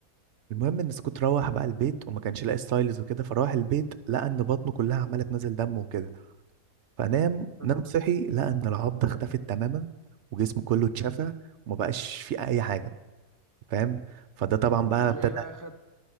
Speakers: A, on the right; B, on the left.
A: المهم ان سكوت روح بقى البيت وما كانش لاقي ستايلز وكده فراح البيت لقى ان بطنه كلها عماله تنزل دم وكده فنام
B: آه.
A: نام صحي لقى ان العضه اختفت تماما وجسمه كله اتشفى وما بقاش فيه اي حاجه فاهم فده طبعا بقى
B: هتلاقيه
A: ابتدى
B: بقى خد